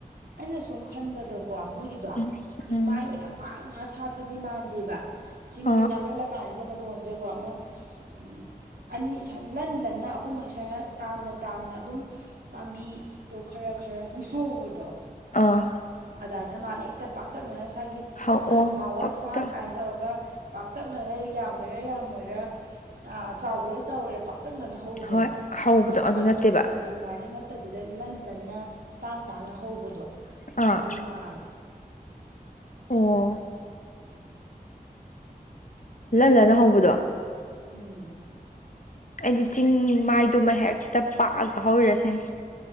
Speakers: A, on the right; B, on the left.
A: ꯑꯩꯅ ꯁꯨꯝ ꯈꯟꯕꯗꯀꯣ ꯃꯣꯏꯒꯤꯗꯣ
B: ꯎꯝ
A: ꯆꯤꯡꯃꯥꯏ
B: ꯎꯝ
A: ꯑꯣꯏꯅ ꯄꯥꯛꯅ ꯁꯥꯠꯄꯗꯤ ꯃꯥꯟꯗꯦꯕ ꯆꯤꯡꯁꯦ
B: ꯑꯥ
A: ꯀꯥꯈꯠꯂꯛꯄ ꯀꯥꯟꯁꯤꯗ ꯇꯧꯟꯖꯀꯣ ꯑꯃ ꯎꯝ ꯑꯅꯤ ꯏꯁꯥ ꯂꯟ ꯂꯟꯅ ꯑꯍꯨꯝ ꯏꯁꯥꯅ ꯇꯥꯝꯅ ꯇꯥꯝꯅ ꯑꯗꯨꯝ ꯄꯥꯝꯕꯤꯗꯣ ꯈꯔ ꯈꯔ ꯑꯗꯨꯝ ꯍꯧꯕꯗꯣ
B: ꯑꯥ
A: ꯑꯗꯨꯃꯥꯏꯅ ꯃꯥꯜꯂꯦ ꯍꯦꯛꯇ ꯄꯥꯛꯇꯛꯅꯅ ꯉꯁꯥꯏꯒꯤ
B: ꯍꯧꯑꯣ
A: ꯁꯟꯐ꯭ꯂꯥꯋꯔ
B: ꯄꯛꯇ
A: ꯐꯥꯔꯝ ꯀꯥꯏꯅ ꯇꯧꯔꯒ ꯄꯥꯛꯇꯛꯅꯔ ꯌꯥꯝꯒꯦꯔꯥ ꯌꯥꯝꯃꯣꯏꯔꯥ ꯆꯥꯎꯒꯦꯔꯥ ꯆꯥꯎꯋꯦꯔꯥ ꯄꯥꯛꯇꯛꯅꯅ ꯍꯧꯋꯤꯗꯅ
B: ꯍꯣꯏ ꯍꯧꯕꯗꯣ
A: ꯑꯗꯨ
B: ꯅꯠꯇꯦꯕ
A: ꯑ ꯑꯗꯨꯃꯥꯏꯅ ꯅꯠꯇꯕꯤꯗ ꯂꯟ ꯂꯟꯅ ꯇꯥꯡ ꯇꯥꯡꯅ ꯍꯧꯕꯗꯣ
B: ꯑꯥ
A: ꯑꯗꯨ ꯃꯥꯂꯦ
B: ꯑꯣ ꯂꯟꯅꯥ ꯂꯟꯅꯥ ꯍꯧꯕꯗꯣ
A: ꯎꯝ
B: ꯑꯩꯗꯤ ꯆꯤꯡꯗꯨꯃ ꯍꯦꯛꯇ ꯄꯥꯛꯑꯒ ꯍꯧꯔꯁꯤꯅꯤ